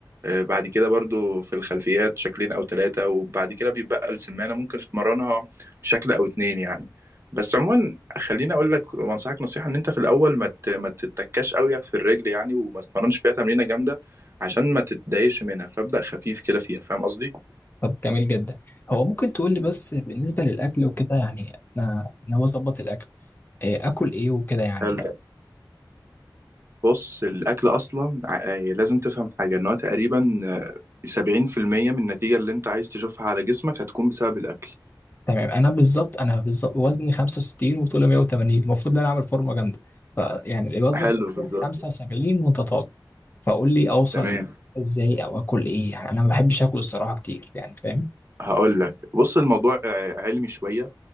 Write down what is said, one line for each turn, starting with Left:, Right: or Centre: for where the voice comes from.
Right: آه، بعد كده برضو في الخلفيات شكلين او ثلاثة وبعد كده بيبقى السمانة ممكن تتمرنها شكل او اتنين يعني بس عموما خليني اقول لك وانصحك نصيحة ان انت في الاول ما ت- ما تتكاش قوي في الرجل يعني وما تتمرنش فيها تمرينة جامدة عشان ما تتضايقش منها فابدأ خفيف كده فيها فاهم قصدي
Left: طب جميل جدا هو ممكن تقول لي بس بالنسبة للأكل وكده يعني أنا أنا هو أظبط الأكل آه، آكل إيه وكده يعني
Right: حلو بص الاكل اصلا ع- آه، لازم تفهم حاجة ان هو تقريبا آه، سبعين في المية من النتيجة اللي انت عايز تشوفها على جسمك هتكون بسبب الاكل
Left: تمام انا بالظبط انا بالظبط وزني 65 وطولي 180 المفروض ان انا اعمل فورمه جامده فيعني الوزن
Right: حلو
Left: الصحيح
Right: بالظبط
Left: 75 وانت طالب فقول لي اوصل
Right: تمام
Left: ازاي او اكل ايه يعني انا ما بحبش اكل الصراحه كتير يعني فاهم
Right: هقول لك بص الموضوع ع- علمي شوية